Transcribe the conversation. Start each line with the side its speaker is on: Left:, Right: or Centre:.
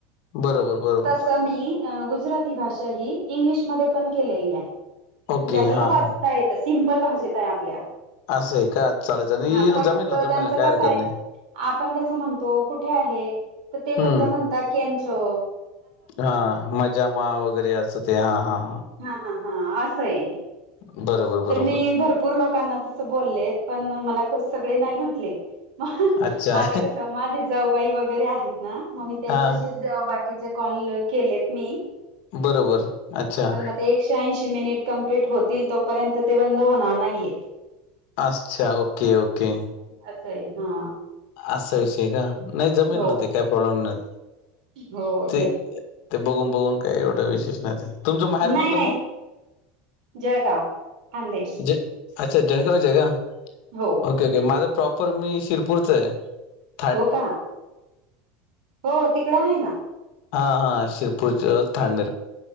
Left: बरोबर बरोबर
Right: तस मी अ गुजराती भाषा ही इंग्लिशमध्ये पण केलेली आहे.
Left: ओके
Right: म्हणजे आपल्याला
Left: हा
Right: वाचता
Left: हा
Right: येतं सिम्पल भाषेत आहे आपल्या,
Left: असं आहे का चालेयचं आणि
Right: हा
Left: ना
Right: फक्त
Left: जमेनला जमेनला
Right: त्यांचं
Left: काय
Right: कसं
Left: हरकत
Right: आहे
Left: नाही.
Right: आपण कसं म्हणतो कुठे आहे, तर ते
Left: हम्म
Right: फक्त म्हणतात केम छो.
Left: हा मजा मा वगैरे असतं ते हा हा हा.
Right: हा हा हा असं आहे.
Left: बरोबर
Right: तर
Left: बरोबर
Right: मी भरपूर लोकांना तसं बोलले पण मला सगळे नाही म्हटले मग
Left: अच्छा
Right: आता कसं माझे जाऊबाई वगैरे आहेत ना मग मी त्यांच्याशी
Left: हा
Right: जेव्हा बाकीचे कॉल केलेत मी
Left: बरोबर अच्छा.
Right: पण मग ते एकशे ऐंशी मिनिट कंप्लीट होतील तोपर्यंत ते बंद होणार नाहीये.
Left: अच्छा ओके ओके.
Right: असंय हा.
Left: असा विषय आहे का नाही जमेल
Right: हो
Left: ना ते काही प्रॉब्लेम नाही.
Right: हो
Left: ते
Right: तेच.
Left: ते बघून बघून काय एवढं विशेष नाही ते. तुमचं माहेर कोणतं
Right: नाही नाही
Left: मग?
Right: जळगाव. खानदेश
Left: जे अच्छा जळगावच्या का?
Right: हो.
Left: ओके ओके माझं प्रॉपर मी शिरपूरच हाय.
Right: हो का हो तिकडं आहे ना.
Left: हा हा शिरपूरच थांणेर.